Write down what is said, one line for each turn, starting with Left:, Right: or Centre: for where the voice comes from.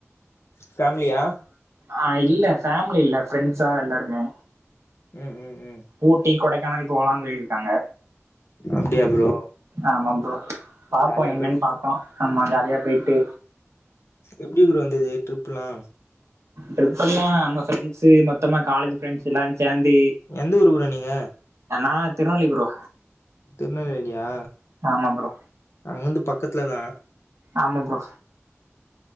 Left: ஃபேமிலியா
Right: ஆ இல்ல ஃபேமிலி இல்ல ஃப்ரெண்ட்ஸா எல்லாருமே
Left: ம் ம் ம்
Right: ஊட்டி கொடைக்கானல் போலான் சொல்லிருக்காங்க
Left: அப்டியா ப்ரோ
Right: ஆமா ப்ரோ பாப்போ
Left: ஜாலியா
Right: என்னன்
Left: போய்ட்
Right: பாப்போ நம்ம ஜாலியா போய்ட்டு
Left: எப்டி ப்ரோ இருந்தது ட்ரிப்புலா
Right: ட்ரிப்பெல்லா நம்ம ஃபெரெண்ட்ஸு மொத்தமா காலேஜ் ஃப்ரெண்ட்ஸ்ஸுல்லா சேந்து
Left: எந்த ஊர் ப்ரோ நீங்க
Right: நா திருநவலி ப்ரோ
Left: திருநவேலியா
Right: ஆமா ப்ரோ
Left: அங்கருந்து பக்கத்துல தா
Right: ஆமா ப்ரோ